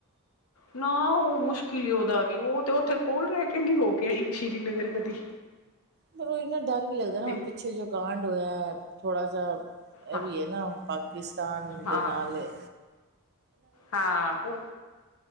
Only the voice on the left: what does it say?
ਨਾ ਉਹ ਮੁਸ਼ਕਿਲ ਹੀ ਉਹਦਾ ਵੀ ਉਹ ਤੇ ਉੱਥੇ ਕੋਲ ਰਹਿ ਕੇ ਨੀ ਹੋ ਕੇ ਅਈ ਸ਼੍ਰੀਨਗਰ ਕਦੀ
ਤੇ
ਹਾਂ
ਹਾਂ
ਹਾਂ ਉਹ